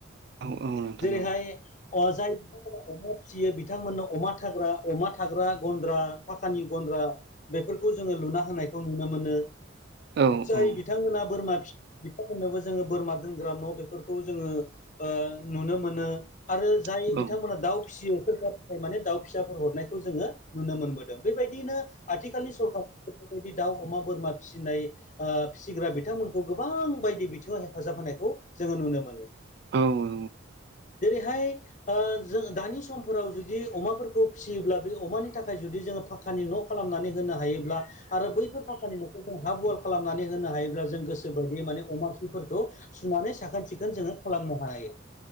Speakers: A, on the right; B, on the left.
A: औ औ नोंथां
B: जेरैहाय
A: औ औ
B: जाय बिथां। अमा फिसियो बिथांमोननो अमा थाग्रा अमा थाग्रा गन्द्रा फाखानि गन्द्रा बेफोरखौ जोङो लुना होनायखौ नुनो मोनो
A: औ
B: जाय बिथांमोना
A: औ
B: बोरमा फि मनोबो जोङो बोरमा दोनग्रा न' बेफोरखौ जोङो नुनो मोनो। आरो जाय
A: औ
B: बिथांमोना दाउ फिसियो सोरखारनिफ्राय माने दाउ फिसाफोर हरनायखौ जोङो नुनो मोनबोदों। बेबायदिनो आथिखालनि सरखारार बेबायदि दाउ अमा बोरमा फिसिनाय‌ ओ फिसिग्रा बिथांमोनखौ गोबां बायदि बिथिङाव हेफाजाब होनायखौ जोङो नुनो मोनो।
A: औ औ।
B: जेरैहाय जों दानि समफोराव जुदि अमाफोरखौ फिसियोब्ला बे अमानि थाखाय जुदि जोङो फ फाखानि न' खालामनानै होनो हायोब्ला आरो बैफोर फाखानि न'। हा बल खालामनानै होनो हायोब्ला जों गोसोोबायदि माने अमा खिफोरखौ सुनानै साखोन सिखोन जोङो। खालामनो हायो